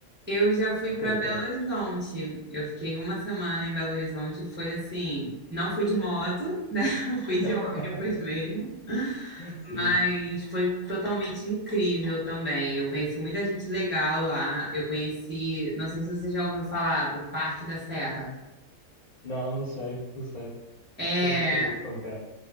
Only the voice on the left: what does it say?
Até,
até...
<laughs>
Sim.
Não, não sei, não sei.
Como que você, como que é?